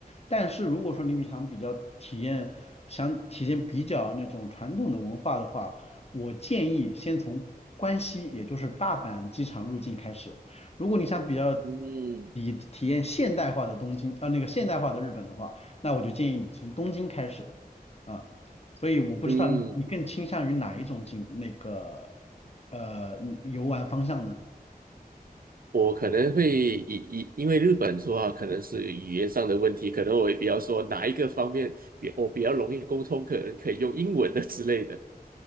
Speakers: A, on the left; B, on the right.
A: 但是如果说你比想比较体验，想体验比较那种传统的文化的话，我建议先从关西，也就是大阪机场入境开始。如果你想比较
B: 嗯
A: 以体验现代化的东京，呃，那个现代化的日本的话，那我就建议你从东京开始啊。所以我不知道你你更倾向于哪一种景那个
B: 嗯。
A: 呃嗯游玩方向呢？
B: 我可能会以以因为日本说话可能是语言上的问题，可能我也比较说哪一个方面比我比较容易沟通，可能可以用英文的之类的。